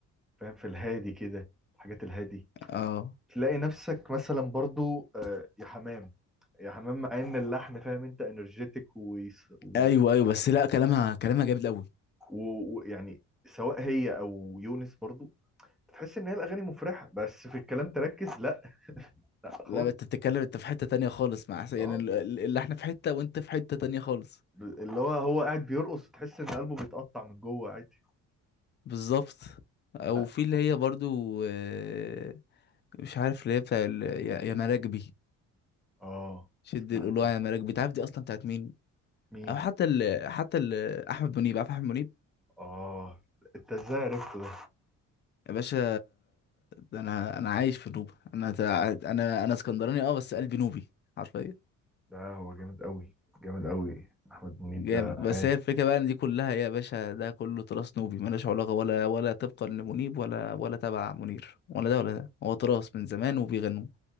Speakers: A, in the centre; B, on the left.
A: فاهم في الهادي كده الحاجات الهادي
B: اه
A: تلاقي نفسك مثلا برضو آه، يا حمام يا حمام مع ان اللحن فاهم انت انرجيتك ويعني
B: ايوه ايوه بس لا كلامها كلامها جامد قوي
A: و... و... و- يعني سواء هي او يونس برضو تحس ان هي الاغاني مفرحه بس في الكلام تركز لا خالص
B: لا انت بتتكلم انت في حته تانية خالص مع أحسن- يعني
A: اه
B: ال- ال- اللي احنا في حته وانت في حته تانية خالص
A: ب- اللي هو هو قاعد بيرقص تحس ان قلبه بيتقطع من جوه عادي
B: بالظبط او
A: لا
B: في اللي هي برضو آه، مش عارف اللي هي بتاع ال- يا يا مراكبي
A: اه
B: شد
A: سمعتها
B: القلوع يا مراكب بتعرف دي اصلا بتاعت مين
A: مين
B: او حتى ال... حتى ال... احمد منيب عارف احمد منيب
A: اه انت ازاي عرفته ده
B: يا باشا ده انا انا عايش في نوبة انا تع- انا انا اسكندراني اه بس قلبي نوبي حرفيا
A: لا هو جامد قوي جامد قوي احمد منيب
B: جامد
A: ده
B: بس
A: عالي
B: هي الفكرة بقى ان دي كلها يا باشا ده كله تراث نوبي ملوش علاقة ولا ولا طبقا لمنيب ولا ولا تبع منير ولا ده ولا ده هو تراث من زمان وبيغنوه